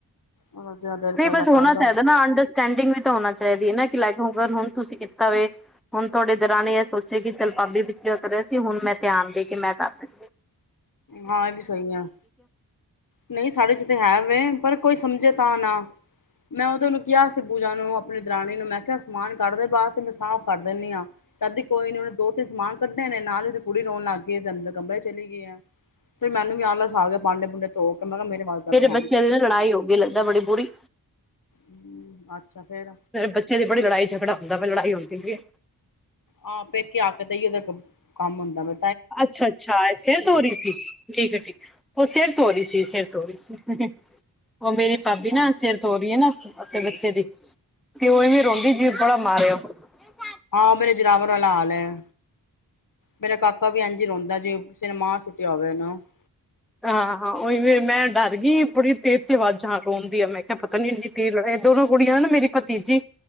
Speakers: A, on the left; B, in the centre.
A: ਜਿਹਦਾ ਦਿਲ ਕਰਦਾ
B: ਨਹੀਂ ਬਸ ਹੋਣਾ
A: ਕਰ ਲਓ
B: ਚਾਹੀਦਾ ਨਾ, ਅੰਡਰਸਟੈਂਡਿੰਗ ਵੀ ਤਾਂ ਹੋਣਾ ਚਾਹੀਦੀ ਹੈ ਨਾ। ਲੱਗ ਹੋਗ ਹੁਣ ਤੁਸੀਂ ਕੀਤਾ ਵੇ, ਹੁਣ ਤੁਹਾਡੇ ਦੇਰਾਨੀ ਨੇ ਇਹ ਸੋਚਿਆ ਕਿ, ਚੱਲ ਪਾਬੀ ਪਿਛਲੀ ਵ ਕਰ ਰਿਹਾ ਸੀ ਹੁਣ ਮੈਂ ਧਿਆਨ ਦੇ ਕੇ ਮੈਂ ਕਰ ਦ
A: ਹਾਂ, ਇਹ ਵੀ ਸਹੀ ਆ। ਨਹੀਂ ਸਾਡੇ ਚ ਤੇ ਹੈ ਵ ਪਰ ਕੋਈ ਸਮਝੇ ਤਾਂ ਨਾ, ਮੈਂ ਉਹਦੇ ਨੂੰ ਕਿਹਾ ਸਿ ਪੂਜਾ ਨੂੰ, ਆਪਣੀ ਦਰਾਣੀ ਨੂੰ ਮੈਂ ਕਿਹਾ ਸਮਾਨ ਕਦੇ ਬਾਅਦ ਤੇ ਮੈਂ ਸਾਫ਼ ਕਰ ਦਿੰਨੀ ਆਂ, ਕਦੀ ਕੋਈ ਨੀ ਉਹਨੇ ਦੋ ਤਿੰਨ ਸਮਾਨ ਕੱਢੇ ਨੇ, ਨਾਲ ਹੀ ਤੇ ਕੁੜੀ ਰੋਣ ਲੱਗ ਗਈਏ, ਤੈ ਅੰਦਰ ਕਮਰੇ ਚਲੇ ਗਈਆਂ। ਤੇ ਮੈਨੂੰ ਵੀੱ ਖਾ ਕੇ, ਭਾਂਡੇ -ਭੂੰਡੇ ਧੋ ਕੇ, ਮੈਂ ਕਿਹਾ ਮੇਰੇ ਵਾਸਦਾ ਤੇ ਹੈ
B: ਬੱਚਿਆਂ
A: ਨੀ ਤ ਪਹਿਣਾ
B: ਦੀ ਨਾ ਲੜਾਈ ਹੋ ਗਈ ਲੱਗਦਾ ਬੜੀ ਬੁਰੀ।
A: ਹਮ, ਅੱਛਾ। ਫੇਰ
B: ਬੱਚੇ ਦੀ ਬੜੀ ਲੜਾਈ ਝਗੜਾ ਹੁੰਦਾ ਵੇ, ਲੜਾਈ ਹੁੰਦੀ ਠੀਕ ਹੈ।
A: ਹਾਂ ਪੇਕੇ ਆ ਕੇ, ਤਾਂ ਹੀ ਉਹਦਾ ਇੱਕ ਕੰਮ ਹੁੰਦਾ ਵ
B: ਅੱਛਾ -ਅੱਛਾ ਸਿਰ ਧੋ ਰਹੀ ਸੀ, ਠੀਕ ਹੈ, ਠੀਕ ਉਹ ਸਿਰ ਧੋ ਰਹੀ ਸੀ, ਸਿਰ। <unintelligible> ਉਹ ਮੇਰੀ ਭਾਬੀ
A: ਅੱਛਾ
B: ਨਾ ਸਿਰ ਧੋ ਰਹੀ ਹੈ ਨਾ। ਆਪਣੇ ਬੱਚੇ ਦੀ ਤੇ, ਓਵੇ ਰੋਂਦੀ ਜੀ ਬਲਾ ਮਾਰਿਆ। ਜ <inaudible>
A: ਆਹੋ ਮੇਰੇ ਜਰਾਵਰ ਵਾਲਾ ਹਾਲ ਹੈ, ਮੇਰਾ ਕਾਕਾ ਵੀ ਇੰਝ ਰੋਂਦਾ ਜੇ ਸਿਨਮਾਂ ਛੁੱਟੀ ਹੋਵੇ ਨਾ <inaudible>
B: ਹਾਂ ਹਾਂ ਉਓਹੀ ਮੈਂ ਡਰ ਗਈ, ਬੜੀ ਤੇਜ਼ ਤੇ ਆਵਾਜ਼ਾਂ ਰੋਣ ਦੀ ਆ ਮੈਂ ਕਿਹਾ, ਪਤਾ ਨੀ ਇੰਨੀ ਤੇਜ਼ ਲੜ ਦੋਨੋ ਕੁੜੀਆਂ ਨਾ ਮੇਰੀ ਭਤੀਜੀ